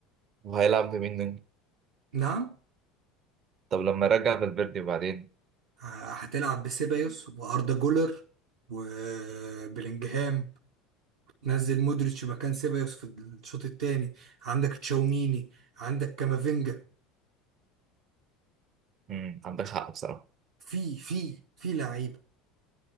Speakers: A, on the right; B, on the right.
A: وهيلعب بمين تاني؟
B: نعم
A: طب لما رجع فالفيردي بعدين
B: ه- هتلعب بسيبايوس واردا جولر وبلينجهام نزل مودريتش مكان سيبايوس في الشوط الثاني عندك تشاوميني عندك كامافينجا
A: امم عندك حق بصراحه
B: في في في لعيبه